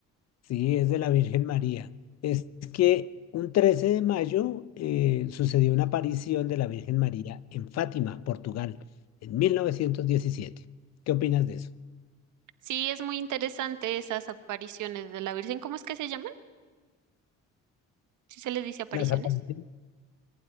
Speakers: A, on the left (about 60°); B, on the right (about 85°).
A: Sí, es de la Virgen María. Es que un 13 de mayo eh, sucedió una aparición de la Virgen María en Fátima, Portugal, en 1917. ¿Qué opinas de eso?
B: Sí, es muy interesante esas apariciones de la Virgen. ¿Cómo es que se llaman? Si se les dice apariciones.
A: Las apariciones,